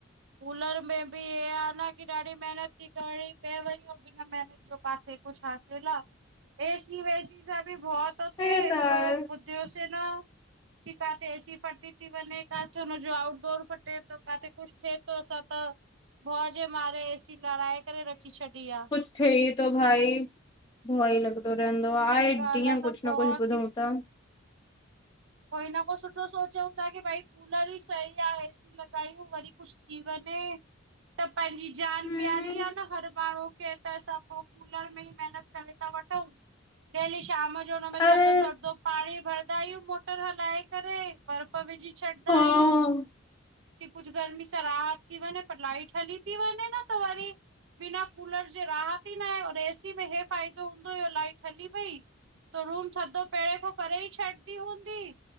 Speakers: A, on the right; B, on the left.
A: कूलर में बि हे आहे न की ॾाढी मेहनत थी करणी पए वई बिन मेनत छु काथे कुझ हासिल आह एसी वेसी सां ॿि भव तो
B: हे
A: थिए एतिरो
B: त आहे
A: बुध तिवसेना -- की काथे एसी फटी थी बञे किथे हुनजो आउट डोर फटे थो किथे कुझ थिए थो असां त भव जे मारे एसी लराए करे रखी छॾी आ।
B: छे ई थो भाई भउ ई लॻंदो रहंदो आ
A: सही
B: आहे
A: ॻाल्हि
B: ॾींहं
A: आ त
B: कुझ
A: भउ
B: न कुझ ॿुधऊ था।
A: पोइ हिन खां सुठो सोचूं था की भई कूलर ई सही आहे ए सी लॻायूं वरी कुछ कुझु थी वञे त पंहिंजी जान
B: हम्म
A: प्यारी आह न हर माण्हू खें त असां पो कूलर में ही मेहनत करें ता वठऊं डेली शाम जो जो हुनमें
B: अरे
A: थधो थधो पाणी भरदा आहियूं मोटर हलाए करे बर्फ विझी छॾंदा
B: हा
A: आहियूं। की कुझ गर्मी सां राहत थी वञे पर लाइट हली थी वञे न त वरी। बिना कूलर जे राहत ई न आहे होडे एसी में हे फ़ाइदो हूंदो हुयो लाइट हली वई -- त रूम थधो पहिरड़ें पो करे ई छॾंदी हूंदी